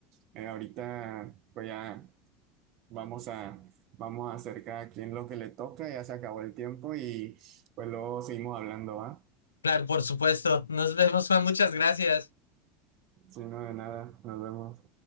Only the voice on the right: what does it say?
eh, ahorita pues ya. Vamos a, vamos a hacer cada quien lo que le toca, ya se acabó el tiempo y pues luego seguimos hablando, ¿va?
Si no, de nada, nos vemos.